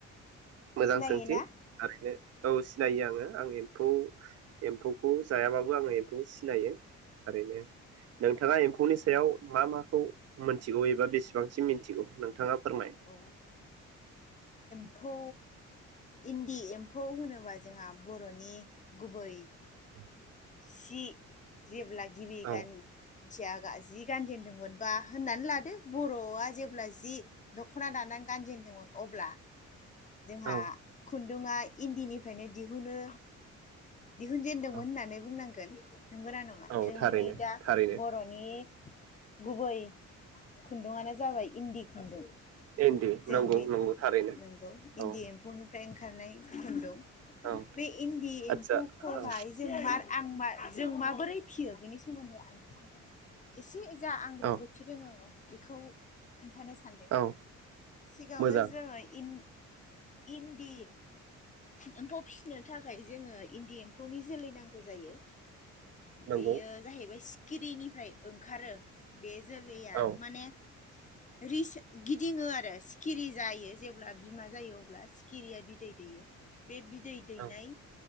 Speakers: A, on the right; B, on the left.
A: मोजां
B: सिनायोना
A: सोंथि थारैनो
B: <unintelligible>
A: औ सिनायो आङो आं एम्फौ एम्फौखौ जायाबाबो आङो एम्फौ सिनायो ओारैनो नोंथाङा एम्फौनि सायाव मा माखौ मिथिगौ एबा बेसेबांसिम मिथिगौ नोंथाङा फोरमाय
B: औ एम्फौ इन्दि एम्फौ होनोबा जोंहा बर'नि गुबै
A: औ
B: सि जेब्ला <unintelligible> गिबि
A: औ
B: गान <unintelligible> मिथिया जि गानजेनदोंमोन बा होननानै लादो बर'आ जेब्ला जि दख'ना दानानै गानजेनदों अब्ला जोंहा
A: औ
B: खुनदुं। रोङा इन्दिनिफ्रायनो दिहुनो। दिहुनजेनदोंमोन
A: औ
B: होननानै बुंनांगोन नंगोना नङा
A: औ
B: जोंहानि
A: थारैनो
B: दा
A: थारैनो
B: बर'नि गुबै खुन्दुआनो जाबाय इन्दि खुन्दुं।
A: इन्दि
B: जों
A: नंगौ
B: बे
A: नंगौ थारैनो
B: नंगौ इन्दि
A: औ
B: एम्फौनि <inaudible> फ्राय ओंखारनाय खनदं <unintelligible>
A: औ
B: बे इन्दि
A: आदसा
B: एम्फौखौहाय
A: औ
B: जों मा आं मा जों माबोरै फिसियो बेनि सोमोन्दै आं नोंथांजों एसे <inaudible> जा आं रोंगौथि
A: औ
B: रोङो। बेखौ। खोन्थानो सानदों।
A: औ
B: सिगाङावनो
A: मोजां
B: जोंङो इन्दि एम्फौ फिसिनो थाखाय जोंङो इन्दि एम्फौनि जोलै नांगौ जायो।
A: नंगौ
B: बेयो जाहैबाय खिरिनिफ्राय ओंखारो। बे जोलैया
A: औ
B: माने रि <unintelligible> गिदिङो आरो सिखिरि जायो जेब्ला बिमा जायो अब्ला सिखिरिया बिदै दैयो। बे बिदै दैनाय
A: औ